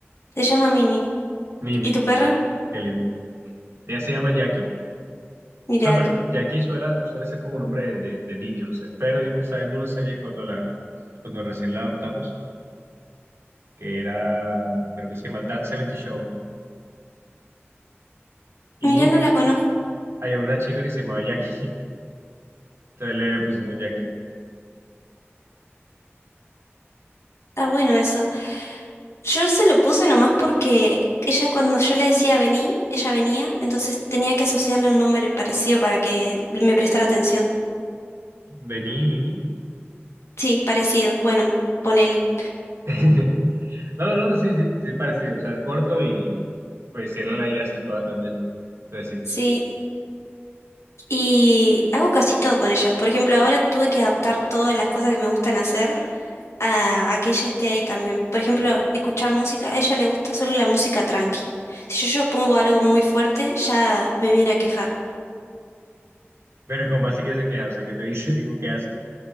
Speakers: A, on the left; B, on the right.
A: Se llama Mimi.
B: Mimi.
A: ¿Y tu perra?
B: Ay, qué lindo. Ella se llama Jackie.
A: Mirá,
B: No, pero Jackie suele, suele ser como nombre de, de, de niño, no sé. Pero yo me estaba viendo una serie cuando, la, cuando recién la adoptamos, que era, creo que se llama That 70 Show. Y
A: mirá, no la conozco.
B: había una chica que se llamaba Jackie. <laughs> Entonces le pusimos Jackie.
A: Está bueno eso. Yo se lo puse nomás porque ella cuando yo le decía vení, ella venía, entonces tenía que asociarle un nombre parecido para que me prestara atención.
B: Vení, Mimi.
A: Sí, parecido. Bueno, ponele.
B: <laughs> No, no, no, sí, sí, sí, parecido. O sea, es corto y pues tiene la I acentuada también. Entonces sí
A: Sí, y hago casi todo con ella. Por ejemplo, ahora tuve que adaptar todas las cosas que me gustan hacer a, a que ella esté ahí también. Por ejemplo, escuchar música, a ella le gusta solo la música tranqui. Si yo, yo pongo algo muy fuerte, ya me viene a quejar.
B: Pero como así que se queja, o sea, que te dice, <laughs> digo, ¿qué hace?